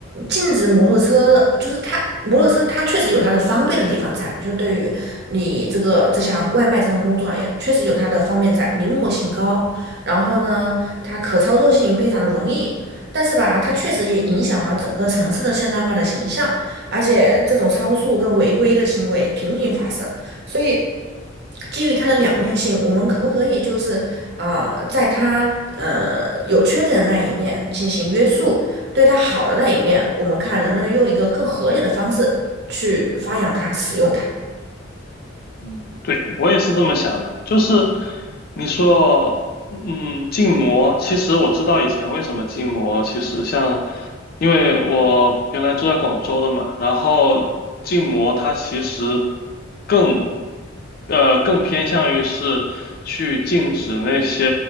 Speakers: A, on the right; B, on the left.
A: 禁止摩托车，就是它摩托车它确实有它的方便的地方在，就对于你这个这项外卖这项工作而言，确实有它的方便在，灵活性高，然后呢，它可操作性非常的容易，但是吧，它确实也影响到整个城市的现代化的形象，而且这种超速跟违规的行为频频发生，所以基于它的两面性，我们可不可以就是？啊，在他呃有缺点的那一面进行约束，对他好的那一面，我们看能不能用一个更合理的方式去发扬它、使用它。
B: 嗯，对，我也是这么想的，就是你说，嗯，禁摩，其实我知道以前为什么禁摩，其实像，因为我原来住在广州的嘛，然后禁摩它其实更，呃，更偏向于是去禁止那些